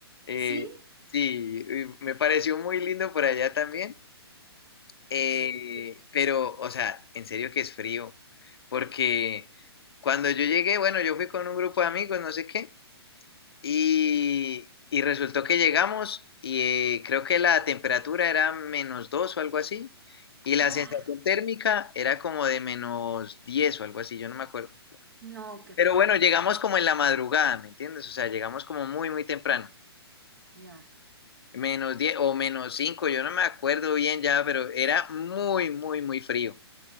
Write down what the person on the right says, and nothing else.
¿Sí?
Sí.
¡Guau!
No, qué
fuerte.
Ya.